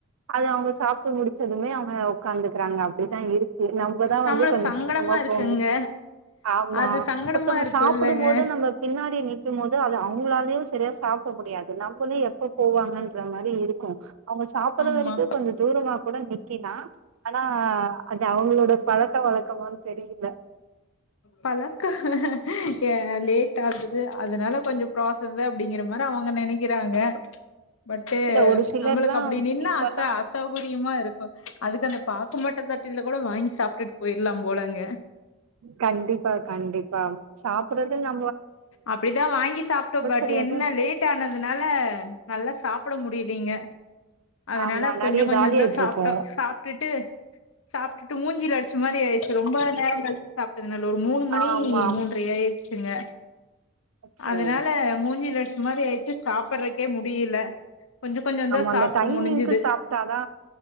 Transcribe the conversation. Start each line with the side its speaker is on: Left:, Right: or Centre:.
Right: அது அவங்க சாப் ட்டு முடிச்சதுமே அவங்க உக்காந்து க்கிறாங்க அப்பிடிதா இருக்கு நம்பதா
Left: நம்மளுக்கு
Right: வந்து கொஞ்ச
Left: சங்கடமா
Right: சீக்கிரமா
Left: இருக்குங்க
Right: போகணு ஆமா
Left: அது சங்கடமா
Right: ஒருத்தவங்க
Left: இருக்கு
Right: சாப்புடும்
Left: இல்லங்க
Right: போது நம்ம பின்னாடி நி க்கும் போது அது அவங்களாலயு சரியா சாப்பட முடியாது நம்பளு எப்ப போவாங்கன்ற மாரி இருக்கு அவங்க சாப்பட்ற
Left: ஆமா
Right: வரைக்கு கொஞ்ச தூரமா கூட நி க்கிலா ஆனா அது அவங்களோட பழ க்க வழக்கமானு தெரியல
Left: பழக்கோ யா லேட் ஆகுது அதனால கொஞ்ச பிராசஸ அப்டிங்கற மாரி அவங்க நெனைக்கிறாங்க பட்டு
Right: இல்ல ஒரு சிலர்லா
Left: நம்மளுக்கு அப்பிடி நின்னா
Right: இப்பல்லா
Left: அச அசௌகரியமா இருக்கு அதுக்கு அந்த பாக்கு மட்ட தட்டுல கூட வாங்கி சாப்ட்டுட்டு போயிரலாம் போலங்க
Right: கண்டிப்பா கண்டிப்பா சாப்புடுறது ந
Left: அப்பிடிதா வாங்கி சாப்ட்டோ பட்டு்
Right: தெரியாது
Left: என்ன லேட் ஆனதுனால நல்லா சாப் பட முடியிலீங்க அதனால
Right: ஆமா
Left: கொஞ்ச
Right: நெறைய
Left: கொஞ்சந்தா
Right: காலி ஆயிட்டு
Left: சாப்ட்டோ
Right: இருக்கோ
Left: சாப்ட்டுட்டு சாப்ட்டுட்டு மூஞ்சில அடிச்ச மாரி ஆயிருச்சு ரொம்ப நேரோ கழிச்சு சாப்ட்டு அதனால ஒரு மூணு மணி
Right: ஆமா
Left: மூன்ரை ஆயிரு ச்சுங்க
Right: அச்சோ
Left: அதனால மூஞ்சில அடிச் ச மாரி ஆயிட்ச்சு சாப்படறக்கே முடியல கொஞ்ச கொஞ்சந்தா
Right: ஆமா அந்த
Left: சாப்ட்டு
Right: டைமிங்க்கு
Left: முடிஞ்சுது
Right: சாப்ட்டாதா